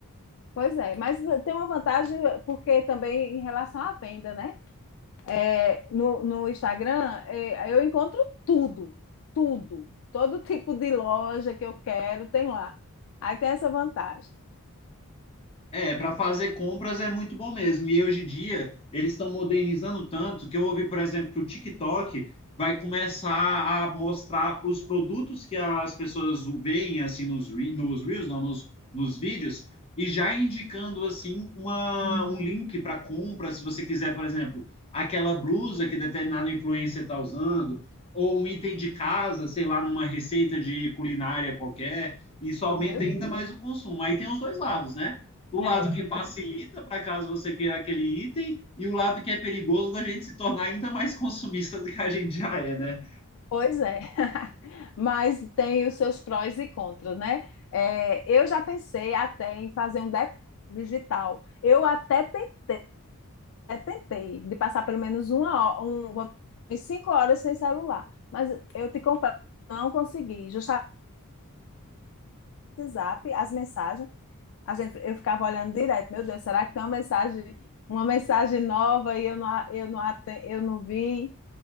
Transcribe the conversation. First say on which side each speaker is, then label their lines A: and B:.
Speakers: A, on the left (about 60°); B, on the left (about 25°).
A: Pois é, mas tem uma vantagem porque também em relação à venda, né? É, no, no Instagram é, eu encontro tudo, tudo, todo <laughs> tipo de loja que eu quero tem lá. Aí tem essa vantagem.
B: É, para fazer compras é muito bom mesmo. E hoje em dia eles estão modernizando tanto que eu ouvi, por exemplo, que o TikTok vai começar a mostrar os produtos que as pessoas veem assim nos, re- nos reels, não, nos, nos vídeos, e já indicando assim uma, um link para compra, se você quiser, por exemplo, aquela blusa que determinada influencer está usando, ou um item de casa, sei lá, numa receita de culinária qualquer. Isso aumenta
A: Meu?
B: ainda mais o consumo. Aí tem os dois lados, né? o lado
A: É,
B: que facilita para caso você queira aquele item e o lado que é perigoso da gente se tornar ainda mais consumista do que a gente já é, né?
A: Pois é, <laughs> mas tem os seus prós e contras, né? É, eu já pensei até em fazer um detox digital. Eu até tentei, tentei de passar pelo menos uma hora, um, umas cinco horas sem celular, mas eu te confesso, não consegui. Justamente o WhatsApp, as mensagens, a gente, eu ficava olhando direto. Meu Deus, será que tem uma mensagem, uma mensagem nova e eu não, a- eu não, aten- eu não vi?